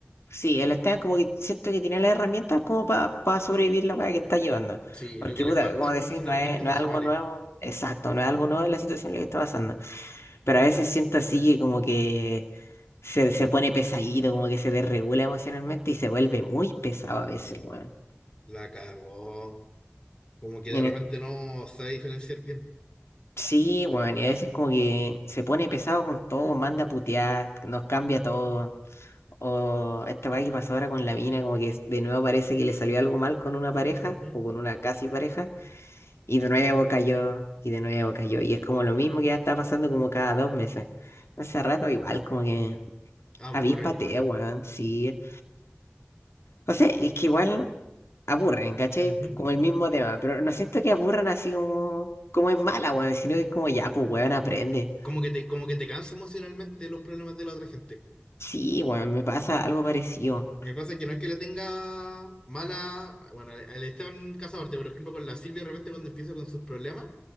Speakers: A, on the left (about 80°); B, on the left (about 20°).
A: Sí, él está como que siento que tiene las herramientas como para sobrevivir la weá que está llevando.
B: Sí,
A: Porque,
B: lo que le
A: puta,
B: faltan
A: como decís,
B: son
A: no
B: herramientas
A: es, no
B: emocionales.
A: es algo nuevo, exacto, no es algo nuevo en la situación en la que está pasando. Pero a veces siento así que como que se, se pone pesadito, como que se desregula emocionalmente y se vuelve muy pesado a veces, weón.
B: La cagó. Como que
A: Y
B: de
A: en
B: repente
A: es-
B: no sabe diferenciar bien.
A: sí, weón, y a veces como que se pone pesado con todo, manda a putear, nos cambia todo. O esta weá que pasó ahora con la mina, como que de nuevo parece que le salió algo mal con una pareja
B: Ujú.
A: o con una casi pareja, y de nuevo cayó, y de nuevo cayó. Y es como lo mismo que ya está pasando como cada dos meses. Hace rato igual, como que
B: Aburren
A: avíspate,
B: igual.
A: weón, sí. No sé, es que igual aburren, ¿cachai?
B: Ujú.
A: Como el mismo tema, pero no siento que aburran así como, como es mala, weón, sino que es como ya, pues, weón, aprende.
B: Como que te, como que te cansa emocionalmente los problemas de la otra gente.
A: Sí, weón, me pasa algo parecido.
B: Me pasa que no es que le tenga mala, bueno, al al Esteban Casabarte, por ejemplo, con la Silvia, de repente cuando empieza con sus problemas,